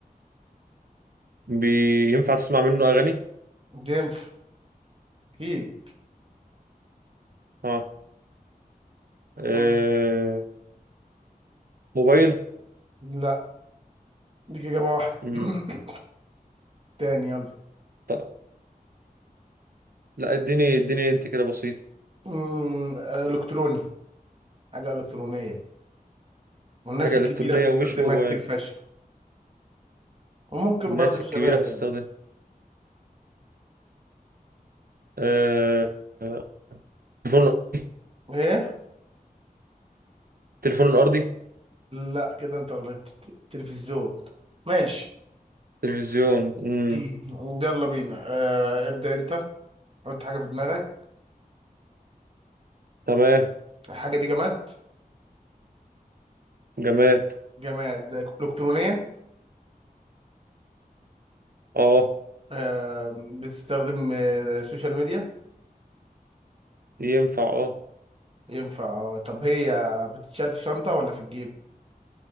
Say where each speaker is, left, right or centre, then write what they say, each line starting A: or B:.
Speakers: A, on the right; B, on the right.
A: بي... ينفع تسمع منه اغاني
B: ينفع اكيد
A: اه, آه...
B: مم.
A: موبايل
B: لا دي اجابه واحده
A: امم
B: <coughs> <clears throat> تاني يلا
A: ط... لا اديني اديني انت كده بسيط
B: امم الكتروني حاجه الكترونيه والناس
A: حاجة
B: الكبيره
A: إلكترونية
B: بتستخدمها
A: ومش موبايل
B: كتير فشخ وممكن
A: الناس
B: برضه الشباب
A: الكبيرة تستخدم
B: يعني
A: آه، آه، تليفون الأرضي
B: ايه
A: تليفون الأرضي
B: لا كده انت غلطت تلفزيون ماشي
A: تلفزيون مم.
B: <coughs> <laughs> يلا بينا آه ابدأ انت حط حاجه في دماغك
A: تمام
B: الحاجه دي جماد
A: جماد
B: جماد الكترونيه
A: اه
B: آه، بتستخدم آه، سوشيال ميديا
A: ينفع اه
B: ينفع آه، طب هي بتتشال في شنطة ولا في الجيب